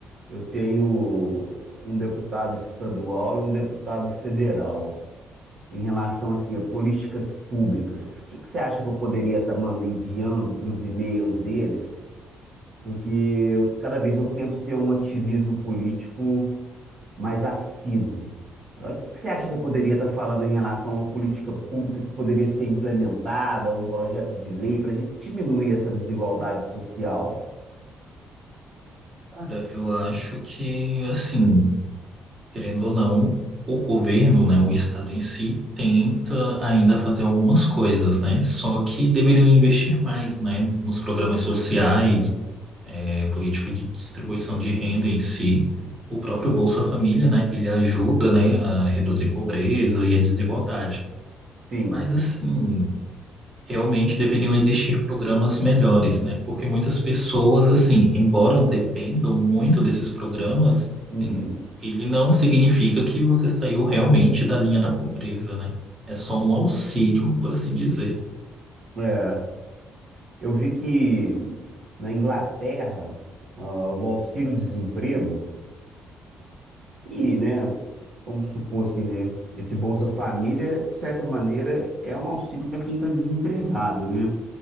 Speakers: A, on the right (about 55°); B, on the right (about 35°).
A: eu tenho um deputado estadual e um deputado federal em relação assim a políticas públicas. O que que você acha que eu poderia estar mandando enviando para os e-mails deles? Porque eu- cada vez eu tento ter um ativismo político mais assíduo. Ah, O que que você acha que eu poderia estar falando em relação a uma política pública que poderia ser implementada, um projeto de lei para a gente diminuir essa desigualdade social?
B: Cara, eu acho que, assim Querendo ou não, o governo, né, o Estado em si, tenta ainda fazer algumas coisas, né? Só que deveriam investir mais, né, nos programas sociais, eh, política de distribuição de renda em si. O próprio Bolsa Família, né, ele ajuda, né, a reduzir pobreza e a desigualdade.
A: Sim.
B: Mas assim, realmente deveriam existir programas melhores, né? Porque muitas pessoas, assim, embora dependam muito desses programas,
A: Uhum.
B: sim, ele não significa que você saiu realmente da linha da pobreza, né? É só um auxílio, por assim dizer.
A: É. Eu vi que na Inglaterra, ah, o auxílio-desemprego, que, né, vamos supor assim, né, esse Bolsa Família, de certa maneira, é um auxílio para quem está desempregado, né?